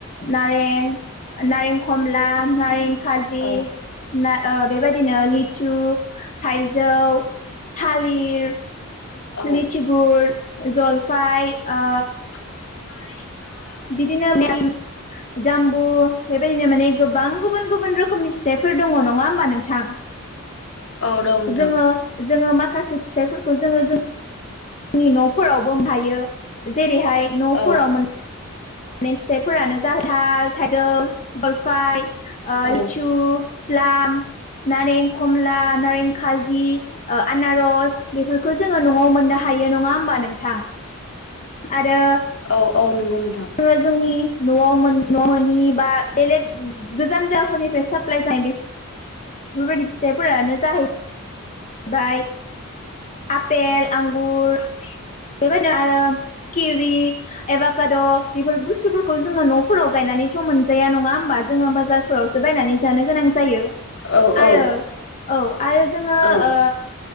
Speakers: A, on the left (about 35°); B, on the left (about 65°).
A: नारें नारें खमला नारें खाजि
B: औ
A: ना ओ बेबायाददिनो लिसु थाइजौ थालिर
B: औ
A: लिसि गुर जलफाय ओ
B: <unintelligible>
A: बिदिनो <unintelligible> जाम्बु बेबायदिनो माने गोबां गुबुन गुबुन रोखोमनि फिथाइफोर दङ नङा होमबा नोंथां।
B: औ दं नोंथां
A: जोङो जोङो माखासे फिथाइफोरखौ जोङो जों जोंनि न'फोरावबो मोन हायो जेरैहाय न'फोराव
B: औ
A: मोन मोननाय फिथाइफोरानो खानथाल थाइजौ जलफाय
B: औ
A: लिचु प्लाम नारें कमला नारें खाजि ओ आनारस बेफोरखौ जोङो न'आव मोननो हायो नङा होमबा नोंथां। आरो
B: औ औ नंगौ नोंथां।
A: जोङो जोंनि न'आव न' मोननि बा बेलेग गोजान जागाफोरनिफ्राय साप्लाय जानाय बे बेफोरबायदि फिथाइफोरानो जाहै आमलाइ आपेल आंगुर
B: आपे
A: बेबायदिनो आरो किवि एबा खाद' बेफोर बुस्थुफोरखौ जोङो न' फोराव गायनानैथ' मोनजाया नङा होमबा जोङो बाजारफोरावसो बायनानै जानो गोनां जायो
B: औ
A: आरो
B: औ
A: औ आरो जोङो
B: औ
A: ओ